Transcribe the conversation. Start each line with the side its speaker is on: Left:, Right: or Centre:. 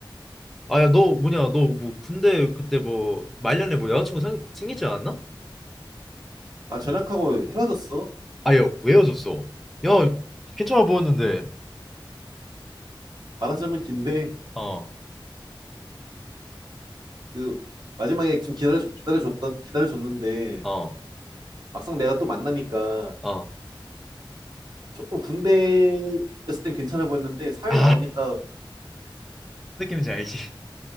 Centre: 아야 너 뭐냐 너 뭐 군대 그때 뭐 말년에 뭐 여자친구 생, 생기지 않았나?
Right: 아, 전역하고 헤어졌어.
Centre: 아야 왜 헤어졌어? 야 괜찮아 보였는데
Right: 말하자면 긴데.
Centre: 어
Right: 그 마지막에 좀 기다려 기다려줬던 기다려줬는데
Centre: 어
Right: 막상 내가 또 만나니까
Centre: 어
Right: 조금 군대 있을 땐 괜찮아 보였는데 사회
Centre: 아
Right: 나오니까
Centre: 무슨 느낌인지 알지?